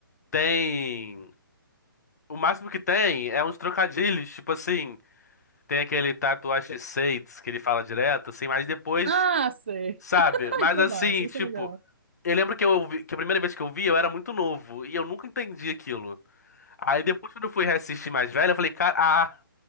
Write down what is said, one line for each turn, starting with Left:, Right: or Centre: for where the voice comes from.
Left: tem. O máximo que tem é uns trocadilhos, tipo assim. Tem aquele Tatuagem de Shades que ele fala direto, assim, mas depois,
Right: Ah, sei.
Left: sabe?
Right: <laughs> Ai,
Left: Mas
Right: que
Left: assim,
Right: massa,
Left: tipo,
Right: isso é legal.
Left: eu lembro que eu ouvi- que a primeira vez que eu vi, eu era muito novo e eu nunca entendi aquilo. Aí depois, quando eu fui reassistir mais velho, eu falei, cara, ah,